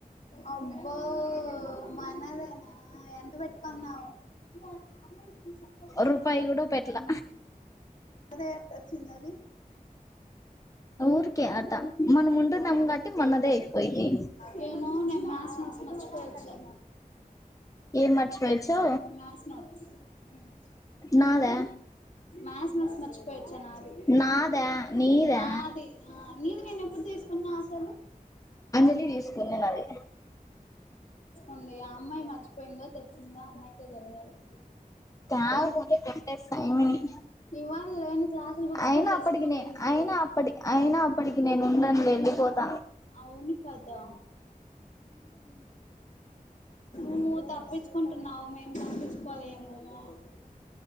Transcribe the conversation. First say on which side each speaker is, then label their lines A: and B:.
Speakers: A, on the left (about 55°); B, on the left (about 20°).
A: అబ్బో మనదేనా ఎంత పెట్టికొన్నావు అ నేను చెప్పద్దు రా
B: రూపాయి
A: అమ్మాయి
B: కూడా పెట్లా
A: డైరెక్ట్ వచ్చిందా అది
B: ఊరికే అట మనం ఉంటున్నాం కాబట్టి మనదే అయిపోయింది
A: నేను నా మ్యాథ్స్ నోట్స్ మర్చిపోయి వచ్చా
B: ఏం మర్చిపోయచ్చో
A: మ్యాథ్స్ నోట్స్. హ్మ్మ్
B: నాదా
A: మ్యాథ్స్ నోట్స్ మర్చిపోయి వచ్చా నాది
B: నాదా నీదా
A: నాది ఆ. నీది నేను ఎప్పుడు తీసుకున్నా అసలు
B: అంజలి తీసుకున్నది నాది
A: మళ్ళ ఆ అమ్మాయి మర్చిపోయిందో తెచ్చిందో అమ్మాయికే తెలియాలీ
B: తాగపోతే కొట్టేస్తా ఈమెని
A: ఇవాళ నేను క్లాసు బుక్స్
B: అయినా
A: కూడా తెచ్చిందంటే
B: అప్పటికి నే
A: నీ తెచ్చి
B: అయినా అప్పటి అయినా అప్పటికి నేను ఉండనులే వెళ్ళిపోతా
A: అవును కదా నువ్వు తప్పించుకుంటున్నావు. నన్ను పట్టించుకోదు ఏమో అని